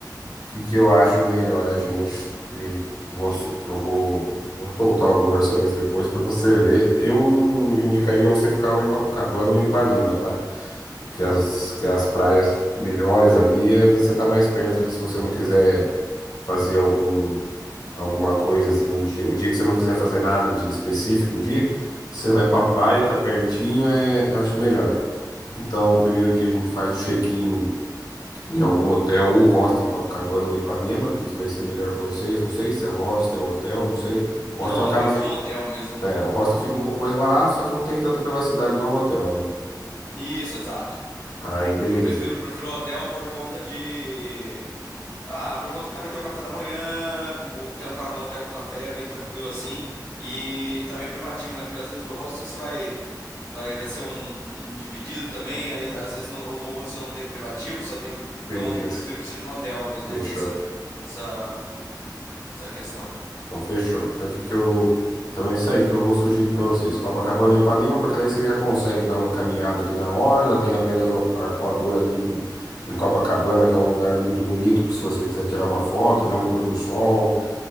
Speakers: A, on the left (about 65°); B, on the left (about 40°).
A: O que que eu acho melhor a gente. eh, Que eu vou, so- que eu vou, vou soltar alguns orçamentos depois pra você ver. Eu indicaria você ficar ou em Copacabana ou em Ipanema, tá? Que as, que as praias melhores ali, ali você tá mais perto ali se você não quiser. fazer algum, alguma coisa assim no dia. O dia que você não quiser fazer nada de específico, o dia, você vai pra praia, tá pertinho, é, eu acho melhor. Então, o primeiro dia a gente faz o check-in em algum hotel ou hostel em Copacabana ou Ipanema, que, que vai ser melhor pra vocês. Não sei se é hostel ou hotel, não sei. O hostel
B: Não,
A: acaba,
B: acredito que um hotel mesmo.
A: é, o hostel fica um pouco mais barato, só que não tem tanta privacidade igual o hotel, né?
B: Isso, exato.
A: Aí, beleza.
B: Eu prefiro, prefiro hotel por conta de. Ah, por conta que também tem o café da manhã, com- ou quero um, ca- um hotel com café, bem tranquilo assim. E também privativo, né? Porque às vezes o hostel você vai. Vai, vai ser um, um- um dividido também, aí às vezes no, ou no hostel não tem privativo, só tem. o- Então
A: Beleza.
B: eu prefiro que seja um hotel mesmo, pra
A: Fechou.
B: não ter essa, essa, essa questão.
A: Então, fechou. Então, o que que eu. Então, é isso aí que eu vou sugerir para vocês. Copacabana ou Ipanema, porque daí vocês já conseguem dar uma caminhada ali na orla. Tem a Pedra do Arpoador ali em em Copacabana, que é um lugar muito bonito, se você quiser tirar uma foto, ver um pôr do sol.